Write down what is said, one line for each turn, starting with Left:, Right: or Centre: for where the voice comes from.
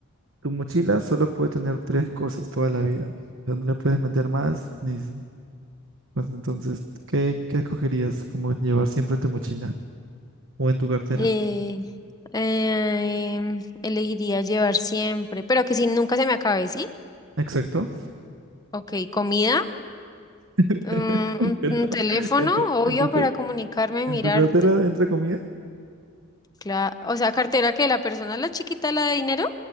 Right: Tu mochila solo puede tener tres cosas toda la vida. O sea, no le puedes meter más, ni... si- Pues entonces, ¿qué, qué escogerías? como llevar siempre tu mochila? ¿O en tu cartera?
Left: Eh, eh, elegiría llevar siempre, pero que si nunca se me acabe, ¿sí?
Right: Exacto.
Left: Ok, comida.
Right: <laughs>
Left: un,
Right: Pero
Left: un teléfono,
Right: en tu, en
Left: obvio,
Right: tu, car-
Left: para comunicarme,
Right: En
Left: mirar,
Right: tu cartera
Left: t-
Right: entra comida.
Left: cla- o sea, cartera que la persona, la chiquita, la de dinero,